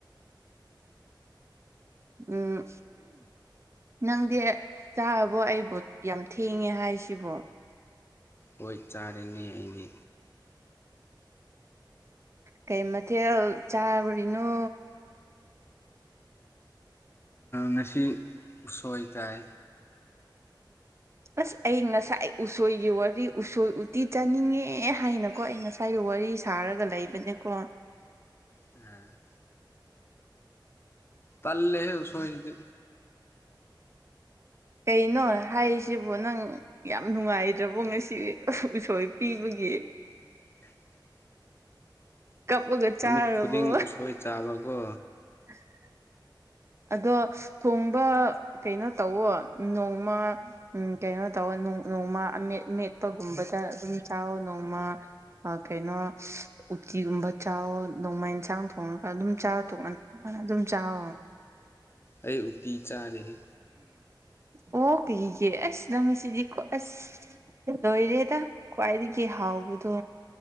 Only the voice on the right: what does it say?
ꯎꯝ ꯅꯪꯗꯤ ꯆꯥꯕꯣ ꯑꯩꯕꯨ ꯌꯥꯝ ꯊꯦꯡꯉꯦ ꯍꯥꯏꯁꯤꯕꯣ
ꯀꯩ ꯃꯊꯦꯜ ꯆꯥꯕꯔꯤꯅꯣ
ꯑꯁ ꯑꯩ ꯉꯁꯥꯏ ꯎꯁꯣꯏꯒꯤ ꯋꯥꯔꯤ ꯎꯁꯣꯏ ꯎꯇꯤ ꯆꯥꯅꯤꯡꯉꯦ ꯍꯥꯏꯅꯀꯣ ꯑꯩ ꯉꯁꯥꯏꯒꯤ ꯋꯥꯔꯤ ꯋꯥꯔꯤ ꯁꯥꯔꯒ ꯂꯩꯕꯅꯦꯀꯣ
ꯀꯩꯅꯣ ꯍꯥꯏꯔꯤꯁꯤꯕꯣ ꯅꯪ ꯌꯥꯝ ꯅꯨꯡꯉꯥꯏꯗ꯭ꯔꯕꯣ ꯉꯁꯤ ꯎꯁꯣꯏ ꯄꯤꯕꯒꯤ ꯒꯤ
ꯀꯞꯂꯒ
ꯆꯥꯔꯕꯣ
<unintelligible> ꯑꯗꯣ ꯊꯣꯡꯕ ꯀꯩꯅꯣ ꯇꯧꯋꯣ ꯅꯣꯡꯃ ꯀꯩꯅꯣ ꯇꯧꯒ ꯅꯣꯡꯃꯥ ꯑꯝꯃꯦꯠ ꯃꯦꯠꯄꯒꯨꯝꯕꯗ ꯑꯗꯨꯝ ꯆꯥꯎꯥꯋꯣ ꯅꯣꯡꯃ ꯑ ꯀꯩꯅꯣ ꯎꯇꯤꯒꯨꯝꯕ ꯆꯥꯎꯋꯣ ꯅꯣꯡꯃ ꯏꯟꯁꯥꯡ ꯊꯣꯡꯉꯒ ꯑꯗꯨꯝ ꯆꯥ <unintelligible> ꯑꯗꯨꯝ ꯆꯥꯎꯥꯛꯑꯣꯣ
ꯑꯣ ꯀꯩꯒꯦ ꯑꯁ ꯅꯪꯁꯤꯗꯤꯀꯣ ꯑꯁ ꯇꯧꯋꯤꯗꯥ ꯈ꯭ꯋꯥꯏꯗꯒꯤ ꯍꯥꯎꯕꯗꯣ